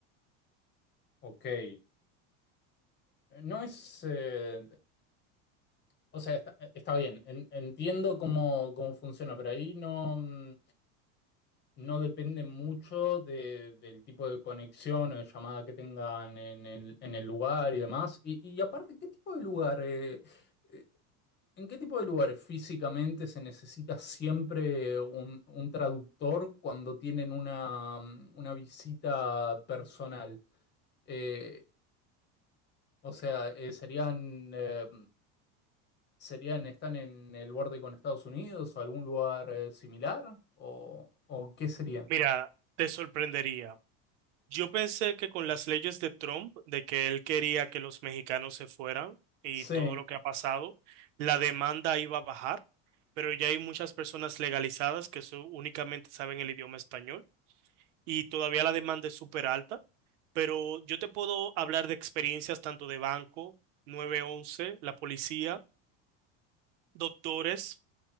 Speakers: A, on the left; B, on the right.
A: ok. Eh, No es, eh, o sea, está, está bien, en- entiendo cómo, cómo funciona, pero ahí no, mm, no depende mucho de- del tipo de conexión o de llamada que tengan en el, en el lugar y demás. Y, y aparte, ¿qué tipo de lugar? eh, eh, ¿En qué tipo de lugares físicamente se necesita siempre un, un traductor cuando tienen una, mm, una visita personal? Eh, o sea, eh, ¿serían, eh, serían, están en el borde con Estados Unidos o algún lugar eh, similar? ¿O, o qué sería?
B: Mira, te sorprendería. Yo pensé que con las leyes de Trump, de que él quería que los mexicanos se fueran y
A: Sí,
B: todo lo que ha pasado, la demanda iba a bajar, pero ya hay muchas personas legalizadas que su- únicamente saben el idioma español y todavía la demanda es súper alta, pero yo te puedo hablar de experiencias tanto de banco, nueve once, la policía, doctores,